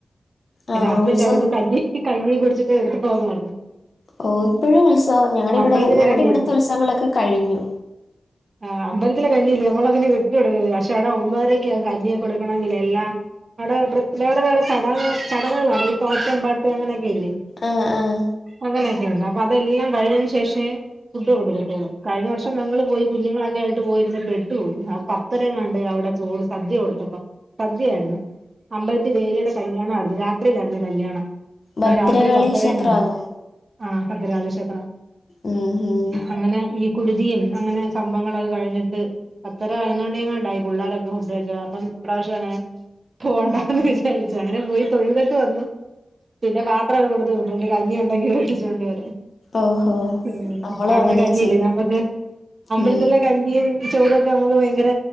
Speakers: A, on the right; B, on the left.
A: പിന്നെ
B: ആഹ്
A: ഹസ്ബൻറ്റ്
B: ഉത്സവം
A: അവിടുന്ന് തല്ലി കഞ്ഞി കുടിച്ചിട്ട് എടുത്ത് പോകുമായിരുന്നു
B: ഓ ഇപ്പോഴും ഉത്സവന്നണോ ഞങ്ങളടെ ഇവിടെ
A: അമ്പലത്തിലെ
B: ഞങ്ങളടെ
A: കഞ്ഞിയല്ലേ
B: ഇവിടത്തെ ഉത്സവങ്ങളൊക്കെ കഴിഞ്ഞു
A: ആഹ് അമ്പലത്തിലെ കഞ്ഞിയില്ലേ നമ്മക്കങ്ങനെ വിട്ടു കൊടുക്കരുത് പക്ഷേ അവിടെ ഒമ്പതരക്ക് കഞ്ഞിയൊക്കെ കൊടുക്കണെങ്കിൽ എല്ലാ അവിടെ വേറെ വേറെ ചട ചടങ്ങുകളാണ് ഈ തോറ്റം പാട്ട് അങ്ങനെയെ
B: ആഹ് ആഹ്
A: അങ്ങനൊക്കെയുണ്ട് അതെല്ലാം കഴിഞ്ഞതിനു ശേഷേ ഫുഡ് കൊടുക്കത്തുള്ളൂ കഴിഞ്ഞ വർഷം ഞങ്ങള് പോയി കുഞ്ഞുങ്ങളൊക്കെയായിട്ട് പോയിരുന്ന് പെട്ടുപോയി പത്തരയെങ്ങാന്ടായി അവിടെ ചോട് സദ്യ കൊടുത്തപ്പം സദ്യയായിരുന്നു അമ്പലത്തി ദേവിയുടെ കല്യാണമായിയിരുന്നു രാത്രി രാത്രിയിലായിരുന്നു കല്യാണം
B: ഭദ്രകാളി
A: രാത്രി പത്തരയെങ്ങാണ്ട്
B: ക്ഷേത്രമാണോ
A: ആ ഭദ്രകാളി ക്ഷേത്രാ
B: ഉം ഉം
A: അങ്ങനെ ഈ കുടുതിയും അങ്ങനെ സംഭങ്ങളൊക്കെ കഴിഞ്ഞിട്ട് പത്തര പതിനൊന്നുമണിയെങ്ങാന്ടായി പുള്ളേരുടൊക്കെ ഫുഡ് കഴിച്ച് അപ്പൊ ഇപ്രാവശ്യം അങ്ങനെ പോകണ്ടാന്ന് വിചാരിച്ചു അങ്ങനെ പോയി തൊഴുതിട്ട് വന്നു പിന്നെ പാത്രമൊക്കെ കൊടുത്തു വിട്ടുണ്ട് കഞ്ഞി യുണ്ടെങ്കിൽ മേടിച്ചോന്ണ്ടു വരാൻ
B: ഓഹോ
A: ഉം
B: നമ്മളും
A: അവിടത്തെ
B: അങ്ങനെയാ
A: കഞ്ഞിയില്ലേ
B: ചെയ്യുന്നെ
A: നമ്മക്ക് അമ്പലത്തിലെ
B: ഉം
A: കഞ്ഞി ചോറൊക്കെ നമുക്ക് ഭയങ്കര